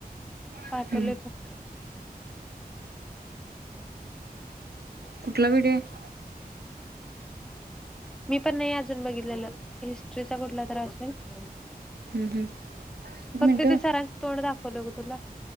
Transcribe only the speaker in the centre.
पाठवलंय
फक्त <inaudible>
मी पण नाही अजून बघितलेलं हिस्ट्रीचा कुठला तर असेल <inaudible>
फक्त
ते सरांच तोंड दाखवलं ग तुला